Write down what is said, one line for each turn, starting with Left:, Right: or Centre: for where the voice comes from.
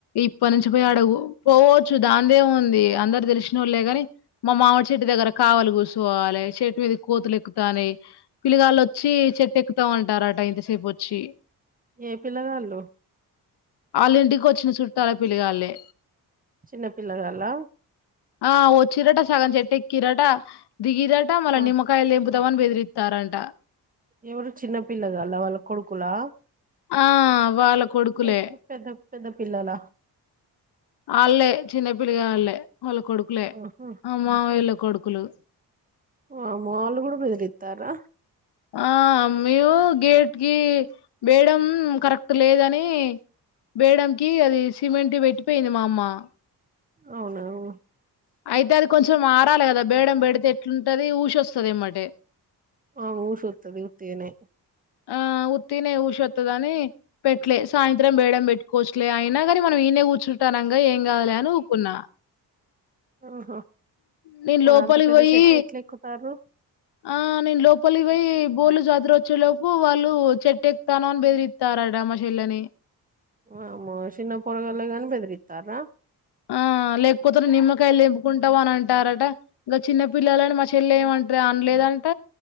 Left: ఇప్పనుంచి పోయి ఆడ పోవచ్చు దాందేముంది అందరు తెలిసిన వాళ్ళలే గని మా మామిడి చెట్టు దగ్గర కావాలి కూచో వాలి చెట్ మీద కోతులు ఎక్కుతాయి పిలిగాళ్ళ వచ్చి చెట్టు ఎక్కుతామంటారుట ఇంత పొచ్చి
Right: ఏ పిల్లగాళ్ళు
Left: వాళ్ళ ఇంటికి వచ్చిన చుట్టాల పిలిగాళ్ళలే
Right: చిన్నపిల్లలా
Left: ఆ ఓ చిరట సగం చెట్ట ఎక్కిరాట దిగిరాట మళ్
Right: వా
Left: నిమ్మకాయలు తవన్ బెదిరిస్తారంట
Right: ఎవరు చిన్నపిల్లగా అలా వాళ్ళ కొడుకులా
Left: ఆ వాళ కొడుకులే
Right: లేకపోతే పెద్ద పెద్ద పిల్లలా
Left: వాళ్ళే చిన్న పిల్లగ వాళ్ళే వాళ్ళ కొడుకులే
Right: ఆహా
Left: అమ్ మా వళ్ళ కొడుకులు
Right: ఆ మాలు కూడా బదిరితారా
Left: ఆ మేము గేట్ కి వేయడం కరెక్ట్ లేదని బేడంకి అది సిమెంట్ పెట్టిపోయింది మామ్మా
Right: అవునావును
Left: అయితే అది కొంచెం మరాలి కదా బేడం బెడితే ఎట్లుంటది ఊషొస్తుంది ఏమటే
Right: ఆ ఊషతుది ఉత్తగానే
Left: ఆ త ఊషతుద అని పెట్టలే సాయంత్రం బేడం పెట్టుకోవచ్చలే అయినా కాని మనం ఈ కూర్చు నంగా ఏం కావాలి అని ఊకున్నా
Right: ఆహా
Left: నీను
Right: మరి
Left: లోపలి
Right: అంత పెద్ద
Left: పోయి
Right: చెట్టు ఎట్లా ఎక్కుతారు
Left: ఆ నేను లోపలి పోయి బోలు చాదర వచ్చేలోపు వాళ్ళు చెట్ ఎకుతానో అని బెదిరిస్తారట మా చెల్లని
Right: ఆ మషన్న పరగల్ గ అనిబెద్రి ఇతారా
Left: ఆ లేకపోతే నిమ్మకాయలు దింపుకుంటావు అని అంటారట ఇంకా చిన్న పిల్లలని మా చెల్ల ఏమంటారు అనలేదంట